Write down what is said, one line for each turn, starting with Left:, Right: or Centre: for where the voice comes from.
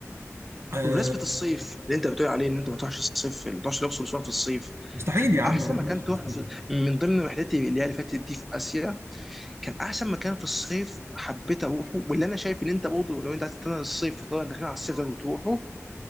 Right: آه
Centre: بمناسبة الصيف اللي انت بتقول عليه ان انت ما تروحش الصيف ما تروحش الاقصر واسوان في الصيف
Right: مستحيل يا عم
Centre: احسن
Right: ربنا
Centre: مكان
Right: يستر
Centre: تروح
Right: مصروف
Centre: في من ضمن رحلتي اللي هي اللي فاتت دي في اسيا كان احسن مكان في الصيف حبيت اروحه واللي انا شايف ان انت برضه لو انت عايز تستنى الصيف طبعا داخلين على الصيف لازم تروحه